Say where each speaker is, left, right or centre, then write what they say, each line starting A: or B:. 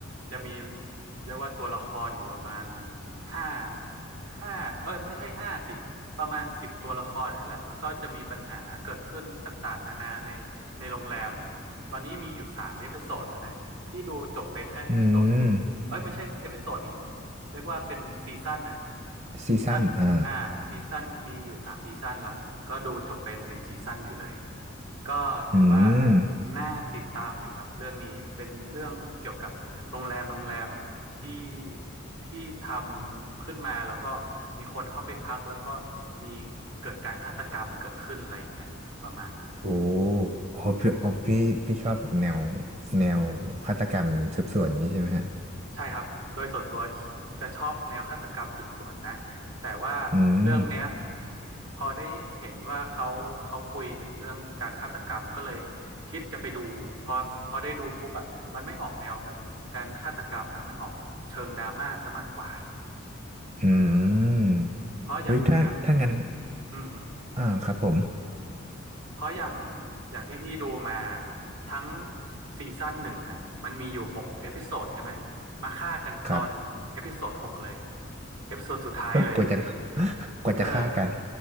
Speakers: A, on the right (about 80°); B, on the right (about 30°).
A: จะมีเรียกว่าตัวละครอยู่ประมาณห้าห้าเอ้ยไม่ใช่ห้าสิประมาณสิบตัวละครนี่แหละแล้วก็จะมีปัญหาเกิดขึ้นต่างๆนานาในในโรงแรม ตอนนี้มีอยู่สามเอพิโซดแล้วนะพี่ดูจบไปแค่เอพิโซด
B: อืม
A: เอ้ยไม่ใช่เอพิโซดดิเรียกว่าเป็นซีซั่นน่ะ
B: ซีซั่นอ่า
A: ซีซั่นอ่าซีซั่นมีอยู่สามซีซั่นละก็ดูจบไปหนึ่งซีซั่นอยู่เลย ก็ถือว่า
B: อืม
A: น่าติดตามอยู่ครับ เรื่องนี้เป็นเรื่องเกี่ยวกับโรงแรมโรงแรมที่ที่ทำขึ้นมาแล้วก็มีคนเข้าไปพักแล้วก็มีเกิดการฆาตกรรมเกิดขึ้นอะไรอย่างเงี้ยประมาณนั้น
B: โอ้โหพี่โอ้พี่พี่ชอบแบบแนวแนวฆาตกรรมสืบสวนอย่างงี้ใช่ไหมฮะ
A: ใช่ครับ โดยส่วนตัวจะชอบแนวฆาตกรรมสืบสวนนะแต่ว่าเรื่องเนี้ย
B: อืม
A: พอได้เห็นว่าเขาเขาคุยถึงเรื่องการฆาตกรรมก็เลยคิดจะไปดู พอพอได้ดูปุ๊บอ่ะมันไม่ออกแนวแบบการฆาตกรรมนะมันออกเชิงดราม่าซะมากกว่า
B: อื
A: อืม
B: ม
A: เพราะอย่างอย่าง
B: อุ้ยถ้าถ้างั้น
A: อืมอืม
B: อ่าครับผม
A: เพราะอย่างอย่างที่พี่ดูมาทั้งซีซั่นหนึ่งอะมันมีอยู่หกเอพิโซดใช่ไหมมาฆ่ากันตอนเอพิโซดหกเลย
B: ครับ
A: เอพิโซดสุดท้ายเลย
B: กลัวจะกลัวจะฆ่ากัน
A: เออ